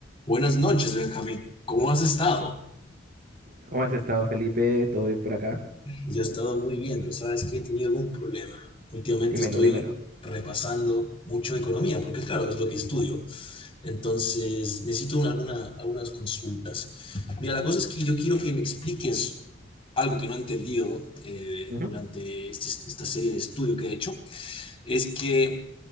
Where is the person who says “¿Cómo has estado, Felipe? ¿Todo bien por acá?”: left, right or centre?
Right